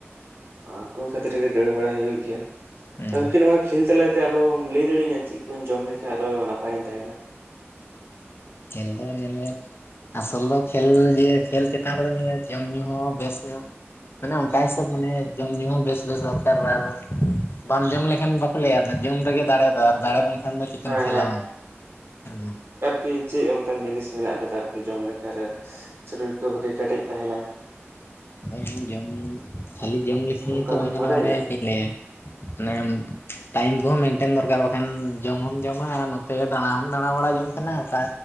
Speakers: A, on the right; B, on the left.
A: ᱦᱚᱸ, <inaudible> ᱠᱷᱟᱹᱛᱤᱨ ᱜᱮ ᱫᱟᱹᱲ ᱵᱟᱲᱟᱟᱭ ᱦᱩᱭᱩᱜ ᱜᱮᱭᱟ ᱾
B: ᱦᱮᱸ
A: ᱜᱚᱢᱠᱮ! ᱱᱚᱣᱟ ᱠᱷᱮᱞ ᱛᱟᱞᱟᱛᱮ, ᱟᱨᱚᱢ ᱞᱟᱹᱭ ᱫᱟᱲᱮᱟᱹᱧᱟ, ᱪᱮᱫ? ᱠᱩᱧ ᱡᱚᱢ ᱞᱮᱠᱷᱟᱱ ᱟᱨᱚ, ᱱᱟᱯᱟᱭᱤᱧ ᱛᱟᱦᱮᱱᱟ ᱾
B: ᱠᱷᱮᱞ ᱫᱚ, ᱧᱮ <inaudible> ᱟᱥᱚᱞ ᱫᱚ, ᱠᱷᱮᱞ ᱜᱮ, ᱠᱷᱮᱞ ᱪᱮᱛᱟᱱ ᱨᱮᱫᱚ, ᱡᱚᱢ ᱧᱩ ᱦᱚᱸ ᱵᱮᱥ ᱧᱚᱜ? ᱢᱟᱱᱮ ᱚᱱᱠᱟ ᱦᱤᱥᱟᱹᱵ, ᱢᱟᱱᱮ ᱡᱚᱢ ᱧᱩᱩ ᱦᱚᱸ ᱵᱮᱥ ᱵᱮᱥ, ᱫᱚᱨᱠᱟᱨ ᱟᱨ ᱵᱟᱢ ᱡᱚᱢ ᱞᱮᱠᱷᱟᱱ ᱞᱟᱹᱭᱟ, ᱡᱚᱢ ᱨᱮᱜᱮ ᱫᱟᱲᱮ ᱫᱚ ᱾ ᱟᱨ ᱫᱟᱲᱮ ᱵᱟᱝᱱᱠᱷᱟᱱ ᱫᱚ, ᱪᱤᱠᱟᱹᱢ
A: ᱦᱮᱸ
B: ᱠᱷᱮᱞᱟᱣᱟ? ᱚᱻ
A: ᱠᱤ ᱪᱮᱫ? ᱚᱱᱠᱟᱱ ᱡᱤᱱᱤᱥ ᱢᱮᱱᱟᱜ ᱟᱠᱟᱫᱟ ᱾ ᱟᱨᱠᱤ ᱡᱚᱢ ᱞᱮᱠᱟᱨᱮ? ᱥᱚᱨᱤᱨ ᱠᱚ <inaudible> ᱠᱮᱴᱮᱡ ᱛᱟᱦᱮᱱᱟ ᱾
B: ᱦᱚᱭ, ᱡᱚᱢ! ᱠᱷᱟᱹᱞᱤ ᱡᱚᱢ ᱞᱮᱠᱷᱟᱱ
A: ᱚᱱᱠᱟ
B: ᱛᱚ, ᱵᱟᱝ
A: ᱵᱤᱱ
B: ᱜᱟᱱᱚᱜᱼᱟ
A: ᱵᱟᱰᱟᱭ
B: ᱾ ᱢᱟᱱᱮ
A: ᱠᱟᱫᱟ
B: ᱪᱮᱫ ᱤᱧ ᱞᱟᱹᱭᱟ? ᱱᱮ <unintelligible> ᱴᱟᱭᱤᱢ ᱠᱚᱦᱚᱸ, ᱢᱮᱱᱴᱮᱱ ᱫᱚᱨᱠᱟᱨ ᱾ ᱵᱟᱠᱷᱟᱱ ᱡᱚᱢ ᱦᱚᱢ ᱡᱚᱢᱟ, ᱟᱨ ᱱᱚᱛᱮ ᱫᱟᱬᱟ ᱦᱚᱢ ᱫᱟᱬᱟ, ᱵᱟᱟᱲᱟ ᱡᱚᱝ ᱠᱟᱱᱟ ᱾ ᱚᱠᱟ